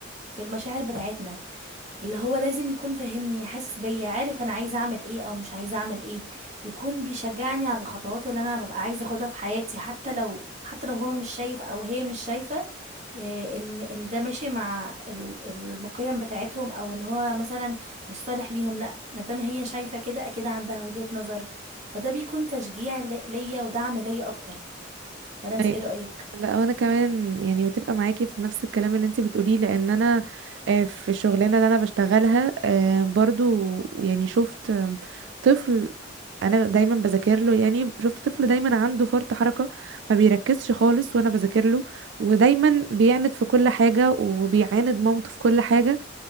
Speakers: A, on the right (about 35°); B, on the right (about 65°).
A: في المشاعر بتاعتنا اللي هو لازم يكون فاهمني حاسس بيا عارف انا عايزه اعمل ايه او مش عايزه اعمل ايه يكون بيشجعني على الخطوات اللي انا ببقى عايزه اخدها في حياتي حتى لو حتى لو هو مش شايف او هي مش شايفه إيه، ان ان ده ماشي مع ال- المقيم بتاعتهم او ان هو مثلا مش صالح ليهم لا ما دام هي شايفه كده اكيد عندها وجهة نظر فده بيكون تشجيع لي- ليا ودعم ليا اكتر ولا انت
B: أي-
A: ايه رأيك
B: لا انا كمان يعني متفقة معاكي في نفس الكلام اللي انت بتقوليه لان انا آه، في الشغلانة اللي انا بشتغلها آه، برضو يعني شفت آم، طفل انا دايما بذاكر له يعني شفت طفل دايما عنده فرط حركة ما بيركزش خالص وانا بذاكر له ودايما بيعند في كل حاجة وبيعاند مامته في كل حاجة